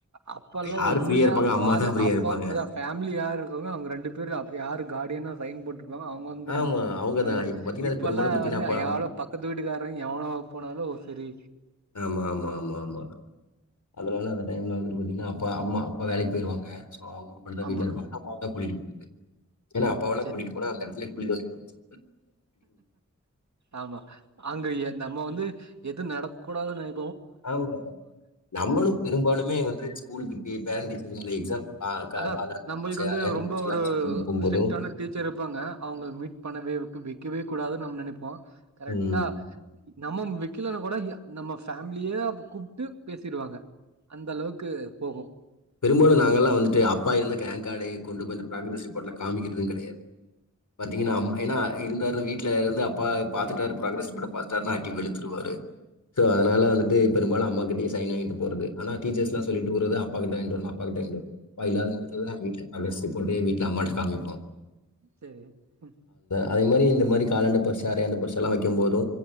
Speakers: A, on the right; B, on the left.
A: அப்பல்லா
B: யாரு
A: உண்மையா
B: ஃப்ரீயா இருப்பாங்க?
A: ஃபாதர்
B: அம்மா தான் ஃப்ரீயா
A: அப்பா
B: இருப்பாங்க.
A: ஃபேமிலி யார் இருக்காங்களோ அவங்க ரெண்டு பேர் அப்டி யாரு காடியனா சைன் போட்டு ப்ப அவங்க வந்துரனு
B: ஆமா. அவங்க
A: முண்ணல்லா
B: தான். பார்த்தீங்கன்னா,
A: இப்ப
B: அது பெரும்பாலும்
A: எல்லா
B: பார்த்தீங்கன்னா,
A: வந்து
B: அப்பா
A: யளோ பக்கத்து வீட்டுக்காரே எவனோ போனாலு செரி
B: ஆமா ஆமா ஆமா ஆமா அதனா அப்பலா அந்த டைம்ல வந்துட்டு பாத்தீங்கன்னா அப்பா அம்மா அப்பா வேலைக்கு போயிருவாங்க அவங்க மட்டிந்தா
A: ஆமா.
B: வீட்ல இருப்பாங்க அம்மாவதா கூடிட்டு <unintelligible> ஏனா அப்பாவெலா
A: சரி.
B: கூட்டிட்டு போனா அந்த எடத்துலே குழி தோன்டி பொதச்
A: ஆமா ஆங்க ஏ நம்ம வந்து எது நடக்கூடாதுன்னு ஆய்
B: ஆமா நம்மளு பெரும்பாலுமே வந்து ஸ்கூலுக்கு கிட்டயே பேரன் டீச்சர்ங்கள எக்ஸாம் காலாண்டு
A: அதா
B: பரீட்சை,
A: நம்ளுக்கு வந்து
B: அரையாண்டு
A: ரொம்ப
B: பரீட்சை எல்லாம்
A: ஒரு
B: வச்சு கூட்டிட்டு போகும்போதும்
A: ஸ்ட்ரிக்ட்டான டீச்சர் இருப்பாங்க அவுங்கள மீட் பண்ணவே <unintelligible> வைக்கவே கூடாதுனு நம்ம நெனப்போ கரெக்டா
B: ம்
A: நம்ம வைக்கலனா கூட நம்ம ஃபேம்லியே கூப்ட்டு பேசிடுவாங்க அந்த அளவுக்கு போகு
B: பெரும்பாலு நாங்கெல்லா வந்துட்டு அப்பா இருந்து ரேங் கார்டு கொண்டு போய் இந்த ப்ராக்ரஸ் ரிப்போர்ட்லா காமிக்கிறது கெடையாது பாத்தீங்கன்னா அம் ஏன்னா இருந்தாலு வீட்டுல இருந்து அப்பா பாத்துட்டாரு ப்ராக்ரஸ் ரிப்போட்ட பாத்துட்டாருன்னா அடி வெழுத்துருவாரு சோ அதனால
A: ஆமா
B: வந்துட்டு பெரும்பாலு அம்மா கிட் டியே சைன் வாங்கிட்டு போறது‌ ஆனா டீச்சர்ஸ்லா சொல்லிட்டு போரது அப் அப்பாக்கிட்டா வாங்கிட்வரனு அப்பாக்கிட்ட வான்ட் வரனு அப்பா இல்லாதவங்க கிட்டதா <unintelligible> போடே வீட்ல அம்மாட்ட காமிப்போ
A: சேரி உ
B: அதே மாரி இந்த மாரி காலாண்டு பரிட்ச அரையாண்டு பரிட்செல்லா வைக்கும்போது